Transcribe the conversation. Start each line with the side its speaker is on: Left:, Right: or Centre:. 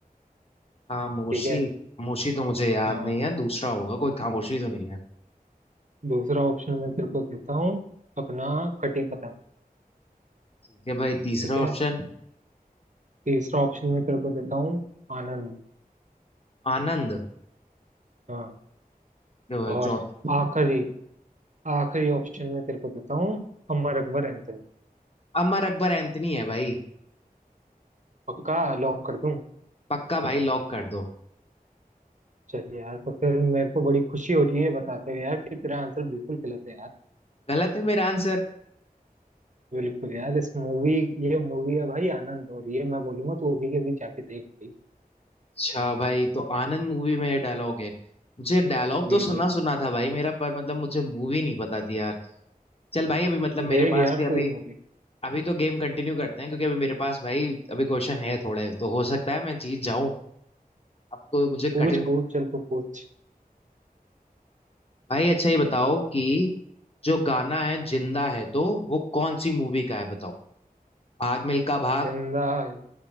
Left: खामोशी
Right: ठीक है
Left: खामोशी तो मुझे याद
Right: हाँ
Left: नहीं है दूसरा होगा कोई खामोशी तो नहीं है
Right: दूसरा ऑप्शन मैं तेरे को देता हूँ अपना कटी पतंग
Left: ठीक है भाई तीसरा
Right: ठीक है
Left: ऑप्शन
Right: तीसरा ऑप्शन मैं तेरे को देता हूँ आनंद
Left: आनंद
Right: हाँ
Left: ठीक है भाई
Right: और
Left: चौथा
Right: आखिरी आखिरी ऑप्शन मैं तेरे को देता हूँ अमर अकबर एंथनी
Left: अमर अकबर एंथनी है भाई
Right: पक्का लॉक कर दूँ
Left: पक्का भाई लॉक कर दो
Right: चलिए यार तो फिर मेरे को बड़ी खुशी हो रही है बताते हुए यार कि तेरा आंसर बिल्कुल गलत है यार
Left: गलत है मेरा आंसर
Right: बिल्कुल यार इस मूवी ये मूवी है भाई आनंद और ये मैं बोलूंगा तू अभी के अभी जाके देख भाई
Left: अच्छा भाई तो आनंद मूवी में डायलॉग है मुझे डायलॉग
Right: बिल्कुल
Left: तो सुना सुना था भाई मेरा पर मतलब मुझे मूवी नहीं पता थी यार चल भाई अभी मतलब
Right: देख
Left: मेरे पास
Right: यार
Left: भी अभी
Right: तू ये मूवी
Left: अभी तो गेम कंटिन्यू करते हैं क्योंकि अभी मेरे पास भाई अभी क्वेश्चन है थोड़े तो हो सकता है मैं जीत जाऊं अब तो मुझे
Right: पूछ
Left: कठिन
Right: पूछ चल तू पूछ
Left: भाई अच्छा ये बताओ कि जो गाना है जिंदा है तो वो कौन सी मूवी का है बताओ भाग मिल्खा भाग
Right: जिंदा है